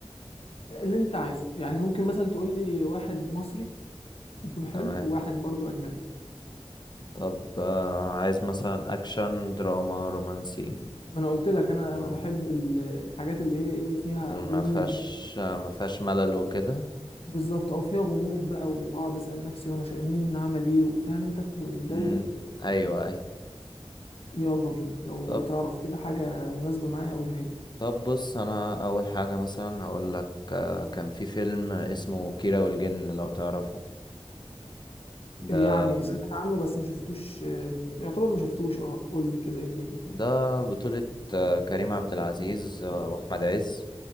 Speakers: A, on the left (about 65°); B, on the left (about 45°).
A: اللي انت عايزه يعني ممكن مثلا تقول لي واحد مصري يكون حلو
B: تمام
A: وواحد برضو اجنبي
B: طب آه، عايز مثلا اكشن دراما رومانسي
A: ما انا قلت لك انا
B: آه،
A: انا بحب ال- الحاجات اللي هي ايه فيها غموض
B: ما فيهاش ما فيهاش ملل وكده
A: بالظبط او فيها غموض بقى واقعد اسال نفسي وانا شا... مين عمل ايه وفاهم انت الجو
B: مم.
A: ده
B: ايوه ايوه
A: يلا بينا لو
B: طب
A: تعرف كده حاجه مناسبه معايا قولها لي
B: طب بص انا اول حاجة مثلا هقول لك آه، كان في فيلم اسمه كيرة والجن لو تعرفه ده
A: يعني سمعت عنه بس ما شفتوش أم، يعتبر ما شفتوش اه قول لي كده ايه الدنيا فيه
B: ده بطولة آه، كريم عبد العزيز آه، وأحمد عز